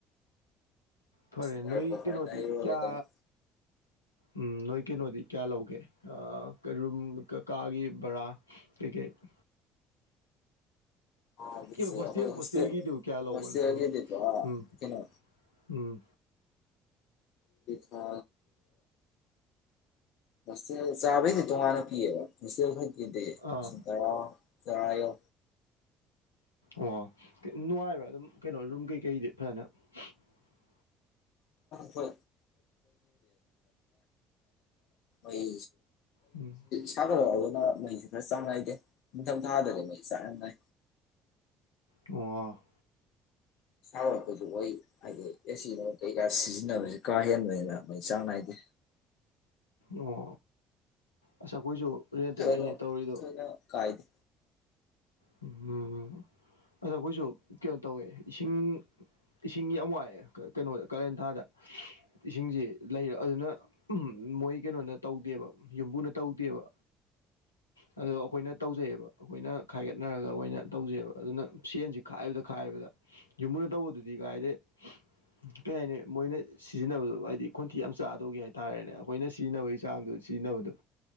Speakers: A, on the left (about 85°); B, on the left (about 60°).
A: ꯐꯔꯦ
B: ꯂꯣꯏꯔꯛꯄ
A: ꯅꯣꯏ ꯀꯩꯅꯣꯗꯤ
B: ꯍꯣꯔꯦꯟ ꯑꯩꯔꯣꯜꯂꯦ
A: ꯀꯌꯥ
B: ꯇꯧꯅꯤ
A: ꯎꯝ ꯅꯣꯏ ꯀꯩꯅꯣꯗꯤ ꯀꯌꯥ ꯂꯧꯒꯦ ꯔꯨꯝ ꯀꯀꯥꯒꯤ ꯕꯔꯥ ꯀꯩ ꯀꯩ <unintelligible>
B: ꯊꯥꯒꯤꯁꯦ
A: ꯑꯦ ꯍꯣꯁꯇꯦꯜ
B: ꯑꯩꯈꯣꯏ
A: ꯍꯣꯁꯇꯦꯜꯒꯤꯗꯨ ꯀꯌꯥ ꯂꯧꯕꯅꯣ
B: ꯍꯣꯁꯇꯦꯜꯒꯤꯗꯤ
A: ꯎꯝ
B: ꯄꯨꯔꯥ
A: ꯎꯝ
B: ꯀꯩꯅꯣ
A: ꯎꯝ
B: ꯊ ꯉꯁ ꯆꯥꯕꯩꯗꯤ ꯇꯨ ꯃꯥꯅ ꯄꯤꯑꯕ ꯁ ꯏꯗꯦ
A: ꯑꯥ
B: ꯁ ꯇꯔꯥ ꯆꯔ ꯌꯣ
A: ꯑꯣ ꯅꯨꯡꯉꯥꯏꯕ꯭ꯔꯥ ꯑꯗꯨꯝ ꯀꯩꯅꯣ ꯔꯨꯝ ꯀꯩꯀꯩꯗꯤ ꯐꯖꯅ <unintelligible>
B: ꯐ ꯑ ꯃ ꯃꯦ
A: ꯎꯝ
B: ꯁꯥꯒꯣ ꯃꯩꯁꯦ ꯈꯔ ꯆꯥꯡ ꯅꯥꯏꯗꯦ ꯅꯤꯡꯊꯝ ꯊꯥꯗꯗꯤ ꯃꯩꯁꯨ ꯆꯥꯛ ꯏ
A: ꯑ
B: ꯁꯔꯛꯄꯁꯨ ꯑꯣꯏ ꯍꯥꯏꯗꯤ ꯑꯦꯁꯤ ꯀꯩꯀꯥ ꯁꯤꯖꯤꯟꯅꯕꯕꯁꯤ ꯀꯥ ꯍꯦꯟꯕꯅꯤꯅ ꯑꯩꯩ ꯆꯥꯡ ꯅꯥꯏꯗꯦ
A: ꯑꯣ ꯑꯁ ꯑꯩꯈꯣꯏꯁꯨ ꯔꯦꯟꯇ ꯂꯩꯅꯤ
B: ꯑꯗꯣ
A: ꯇꯧꯔꯤꯗꯣ
B: ꯊꯣꯏꯅ ꯀꯥꯏꯗꯦ
A: ꯎꯝ ꯍꯝ ꯑꯗꯣ ꯑꯩꯈꯣꯏꯁꯨ ꯀꯩꯅꯣ ꯇꯧꯋꯦ ꯏꯁꯤꯡ ꯏꯁꯤꯡ ꯌꯥꯝ ꯋꯥꯏꯑꯦ ꯀꯩꯅꯣꯗ ꯀꯥꯔꯦꯟ ꯊꯥꯗ ꯏꯁꯤꯡꯁꯤ ꯂꯩꯔ ꯑꯗꯨꯅ ꯎꯝ ꯃꯣꯏ ꯀꯩꯅꯣꯅ ꯇꯧꯗꯦꯕ ꯌꯨꯝꯕꯨꯅ ꯇꯧꯗꯦꯕ ꯑꯗꯣ ꯑꯩꯈꯣꯏꯅ ꯇꯧꯖꯩꯌꯦꯕ ꯑꯩꯈꯣꯏꯅ ꯈꯥꯏꯒꯠꯅꯔꯒ ꯑꯣꯏꯅ ꯇꯧꯖꯩꯕ ꯑꯗꯨꯅ ꯁꯦꯟꯁꯤ ꯈꯥꯏꯕꯗ ꯈꯥꯏꯕꯗ ꯌꯨꯝꯃꯨꯅ ꯇꯧꯕꯗꯨꯗꯤ ꯀꯥꯏꯗꯩ <inaudible> ꯀꯩ ꯍꯥꯏꯅꯤ ꯃꯣꯏꯅ ꯁꯤꯖꯤꯟꯅꯕꯗ ꯍꯥꯏꯗꯤ ꯈꯣꯟꯊꯤ ꯌꯥꯝ ꯆꯥꯗꯧꯒꯦ ꯍꯥꯏꯇꯥꯔꯦꯅꯦ ꯑꯩꯈꯣꯏꯅ ꯁꯤꯖꯤꯟꯅꯕꯒꯤ ꯆꯥꯡꯗꯨ ꯁꯤꯖꯤꯟꯅꯕꯗꯣ